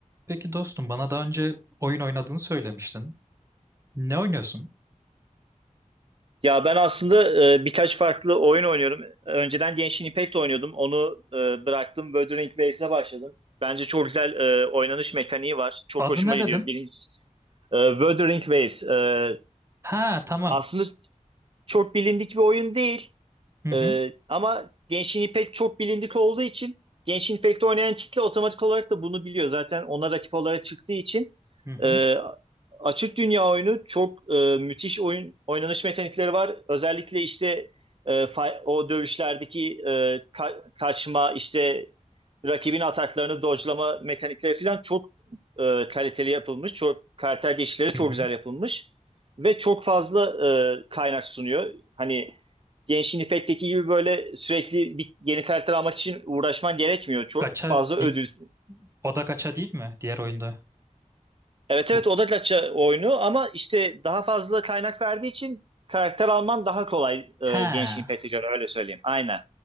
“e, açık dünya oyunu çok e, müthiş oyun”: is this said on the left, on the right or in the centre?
Right